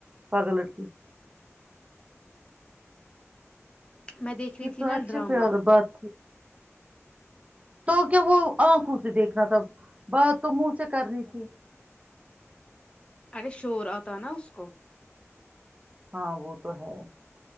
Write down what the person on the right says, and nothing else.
پاگل لڑکی
کی
تو
اچھا
پیار بات تھی تو کیا وہ آنکھوں سے دیکھنا تھا بات تو منہ سے کرنی تھی
ہاں وہ تو ہے